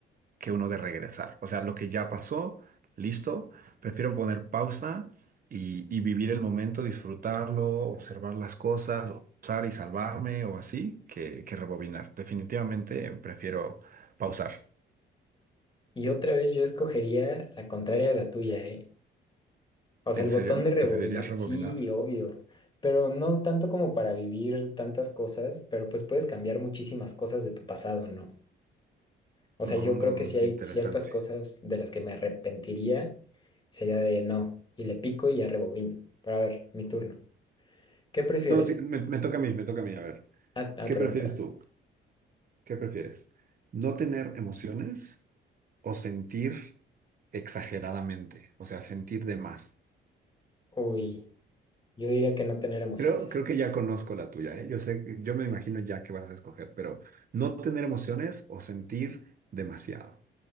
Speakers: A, on the right (about 45°); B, on the left (about 25°).
A: que uno de regresar. O sea, lo que ya pasó, listo, prefiero poner pausa y, y vivir el momento, disfrutarlo, observar las cosas, usar y salvarme o así, que, que rebobinar. Definitivamente prefiero pausar.
B: Y otra vez yo escogería la contraria de la tuya, ¿eh? O sea,
A: ¿En
B: el botón
A: serio?
B: de rebobinar,
A: ¿Preferirías
B: sí,
A: rebobinar?
B: obvio, pero no tanto como para vivir tantas cosas, pero pues puedes cambiar muchísimas cosas de tu pasado, ¿no? O
A: No,
B: sea, yo
A: mm,
B: creo que si hay
A: interesante.
B: ciertas cosas de las que me arrepentiría, sería de no, y le pico y ya rebobino. Pero a ver, mi turno. ¿Qué prefieres?
A: No, sí, me, me toca a mí, me toca a mí. A ver,
B: Ah, ah,
A: ¿qué
B: perdón,
A: prefieres
B: perdón.
A: tú? ¿Qué prefieres? ¿No tener emociones o sentir exageradamente? O sea, sentir de más.
B: Uy, yo diría que no tener emociones.
A: Creo, creo que ya conozco la tuya, ¿eh? Yo sé, yo me imagino ya que vas a escoger, pero no tener emociones o sentir demasiado.